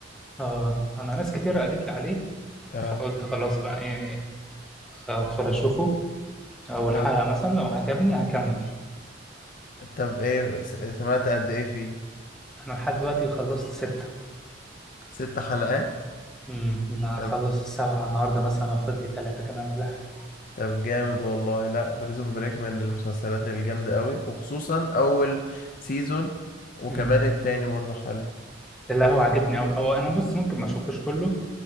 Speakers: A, in the centre; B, on the left (about 45°).
A: اه انا ناس كتير قالت لي عليه
B: اه
A: فقلت خلاص بقى ايه آه، ادخل اشوفه اول
B: اه
A: حلقه مثلا لو عجبني هكمل
B: طب ايه س- سمعت قد ايه فيه
A: انا لحد دلوقتي خلصت سته
B: ست حلقات
A: امم انا
B: طب
A: هخلص السبعه النهارده مثلا واخد لي ثلاثه كمان ولا حاجه
B: طب جامد والله لا بريزون بريك من المسلسلات الجامدة أوي وخصوصا أول سيزون وكمان
A: امم
B: التاني برضه حلو
A: لا هو عاجبني أوي هو انا بص ممكن ما اشوفوش كله